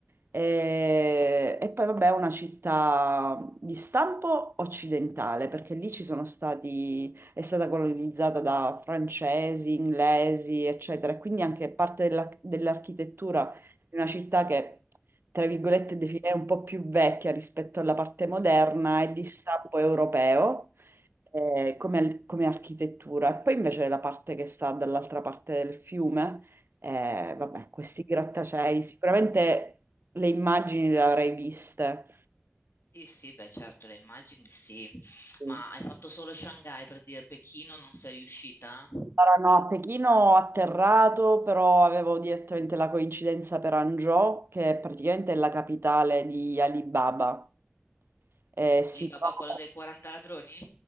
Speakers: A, on the right; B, on the left.
A: E, e poi vabbè è una città di stampo occidentale, perché lì ci sono stati, è stata colonizzata da francesi, inglesi, eccetera, e quindi anche parte della- dell'architettura di una città che, tra virgolette, definirei un po' più vecchia rispetto alla parte moderna è di stampo europeo eh, come, al- come architettura. E poi invece la parte che sta dall'altra parte del fiume, eh, vabbè, questi grattacieli, sicuramente le immagini le avrei viste.
B: sì, beh, certo, le immagini sì.
A: Sì.
B: Ma hai fatto solo Shanghai per dire Pechino non sei riuscita?
A: Erano a Pechino ho atterrato, però avevo direttamente la coincidenza per Hangzhou, che è praticamente la capitale di Alibaba. Eh, si
B: Alibaba,
A: trova-
B: quello dei 40 ladroni?